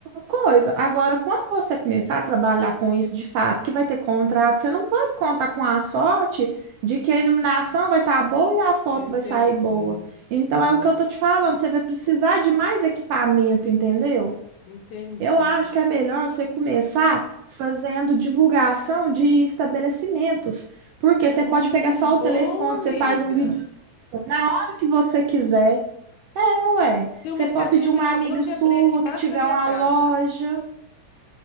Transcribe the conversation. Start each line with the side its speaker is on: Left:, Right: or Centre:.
Right: coisa. Agora, quando você começar a trabalhar com isso de fato, que vai ter contrato, você não pode contar com a sorte de que a iluminação vai estar boa e a foto
Left: Eu entendi.
Right: vai sair boa. Então
Left: Hum,
Right: é o que eu tô te falando, você vai precisar de mais equipamento, entendeu?
Left: entendi.
Right: Eu acho que é melhor você começar fazendo divulgação de estabelecimentos, porque
Left: Hum,
Right: você pode pegar só o
Left: boa,
Right: telefone,
Left: amiga.
Right: você faz um videozinho na hora que você quiser. É, ué,
Left: Tem
Right: você
Left: um mercadinho
Right: pode pedir uma
Left: que acabou
Right: amiga
Left: de
Right: sua
Left: abrir aqui embaixo
Right: que tiver
Left: da minha
Right: uma
Left: casa.
Right: loja.